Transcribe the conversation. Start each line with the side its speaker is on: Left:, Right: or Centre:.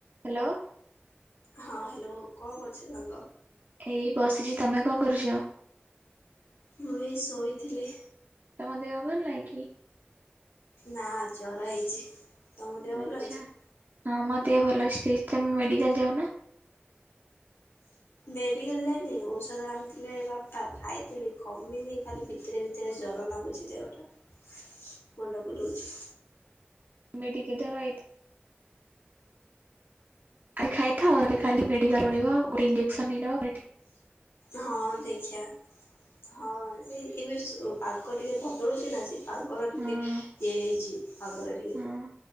Right: Hello.
Left: ହଁ hello କଣ କରୁଛ ସାଙ୍ଗ?
Right: ଏଇ ବସିଛି ତମେ କଣ କରୁଛ?
Left: ମୁଁ ଏ ଶୋଇଥିଲି।
Right: ତମ ଦେହ ଭଲ ନାଇଁ କି?
Left: ନାଁ ଜ୍ୱର ହେଇଛି। ତମ ଦେହନ
Right: ଆଚ୍ଛା
Left: ଭଲ ଅଛି?
Right: ହଁ ମୋ ଦେହ ଭଲ ଅଛିତମେ ମେଡିକାଲ ଯାଉନ।
Left: ମେଡ଼ିକାଲ ଯାଇନି ଔଷଧ ଆଣିଥିଲେ ବାପା ଖାଇଥିଲି କମିନି ଖାଲି ଭିତରେ ଭିତରେ ଜ୍ଵର ଲାଗୁଛି ଦେହଟା। ମୁଣ୍ଡ ବୁଲଉଛି।
Right: ମେଠ କିଧର ଆଇ <unintelligible> ଖାଇଥାଅ କାଲି ମେଡ଼ିକାଲ ପଳେଇବ ଗୋଟେ ଇଞ୍ଜକ୍ସନ୍ ନେଇଯିବ।
Left: ହଁ ଦେଖ। ଆଚ୍ଛା ହଁ ସେଇ ଏବେ ପାଗ ଟିକେ ବଦଳୁଛି ନା ସେ ତାଙ୍କର ଟିକେ
Right: ହଁ
Left: ଇଏ ହେଇଛି। ଆପରେ ଟିକେ
Right: ହଁ